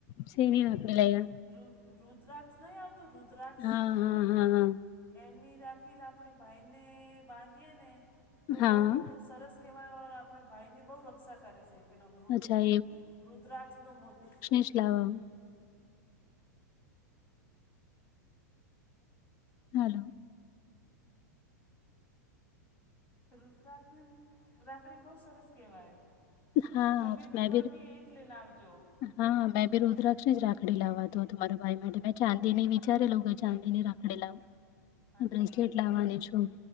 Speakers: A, on the left; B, on the left.
A: સીવી હક લઈએ.
B: રુ રુદ્રાક્ષ નહી આવતું રુદ્રાક્ષ
A: હા હા હા હા
B: એની રા ની આપણે ભાઈને બાંધીએ ને તો
A: હા
B: બહુ સરસ કહેવાય આપણે ભાઈ ની બહુ રક્ષા કરે છે. પેલો રુદ
A: અચ્છા
B: રુદ રુદ્રાક્ષ નો મોતી
A: શ લવા <inaudible> હલો.
B: રુદ્રાક્ષ ની રાખડી બહુ સરસ કહેવાય
A: હા
B: તમે બી
A: મેં
B: પણ ભી એ જ લઈને આવજો
A: હા મેં બી રુદ્રાક્ષ જ રાખડી લાવવાતો તમારા ભાઈ માટે મેં ચાંદીની વિચારેલું કે ચાંદી ની રાખડી લાવ
B: સાચી
A: બ્રેસલેટ
B: વાત હે
A: લાવવાની છું